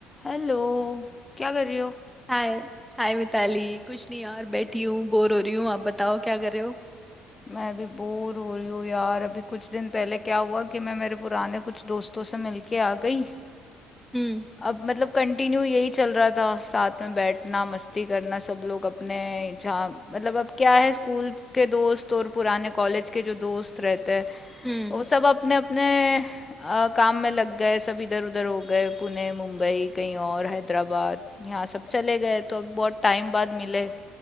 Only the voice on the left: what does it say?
Hello क्या कर रही हो
मैं अभी बोर हो रही हूँ यार अभी कुछ दिन पहले क्या हुआ कि मैं मेरे पुराने कुछ दोस्तों से मिलके आ गई
अब मतलब कंटिन्यू यही चल रहा था साथ में बैठना मस्ती करना सब लोग अपने जहाँ मतलब अब क्या है स्कूल के दोस्त और पुराने कॉलेज के जो दोस्त रहते हैं
वो सब अपने अपने अ, काम में लग गए सब इधर उधर हो गए पुणे मुंबई कहीं और हैदराबाद यहाँ सब चले गए तो अब बहुत टाइम बाद मिले